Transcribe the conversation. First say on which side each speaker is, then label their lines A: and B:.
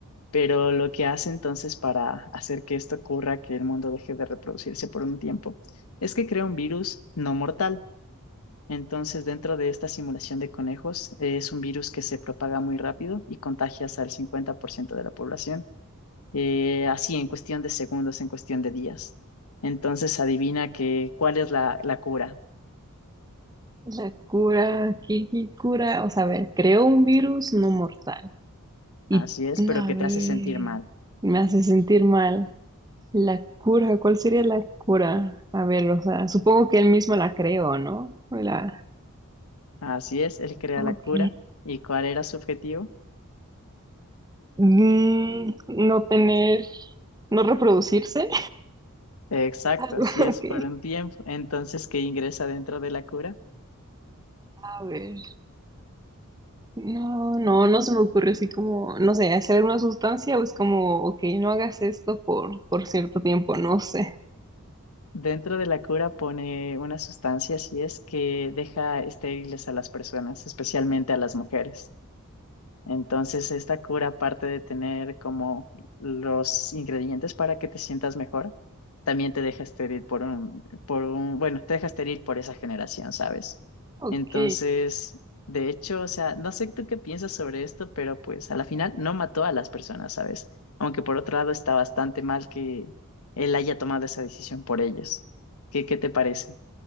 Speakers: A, on the left (about 75°); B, on the right (about 20°).
A: Pero lo que hace entonces para hacer que esto ocurra, que el mundo deje de reproducirse por un tiempo, es que crea un virus no mortal. Entonces, dentro de esta simulación de conejos, eh, es un virus que se propaga muy rápido y contagia hasta el 50% de la población eh, así en cuestión de segundos, en cuestión de días. Entonces adivina que cuál es la, la cura.
B: O sea, la cura, ¿qué, qué cura? O sea, a ver, creó un virus no mortal. Y,
A: Así es,
B: a
A: pero que
B: ver,
A: te hace sentir mal.
B: me hace sentir mal. La cura, ¿cuál sería la cura? A ver, o sea, supongo que él mismo la creó, ¿no? O La...
A: Así es, él crea
B: Ok.
A: la cura. ¿Y cuál era su objetivo?
B: Mm, no tener, no reproducirse.
A: Exacto,
B: <laughs> Algo,
A: si es
B: ok.
A: por un tiempo. Entonces, ¿qué ingresa dentro de la cura?
B: A ver. No, no, no se me ocurre así como, no sé, hacer una sustancia o es como, ok, no hagas esto por, por cierto tiempo, no sé.
A: Dentro de la cura pone una sustancia, así es, que deja estériles a las personas, especialmente a las mujeres. Entonces, esta cura, aparte de tener como los ingredientes para que te sientas mejor, también te deja estéril por un, por un, bueno, te deja estéril por esa generación, ¿sabes?
B: Ok.
A: Entonces, de hecho, o sea, no sé tú qué piensas sobre esto, pero pues a la final no mató a las personas, ¿sabes? Aunque por otro lado está bastante mal que él haya tomado esa decisión por ellos. ¿Qué, qué te parece?